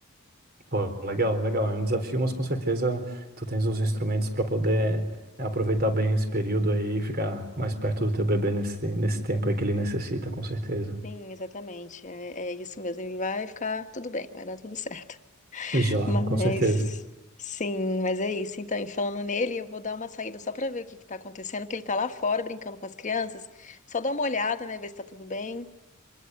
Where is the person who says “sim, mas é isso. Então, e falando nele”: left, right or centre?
Left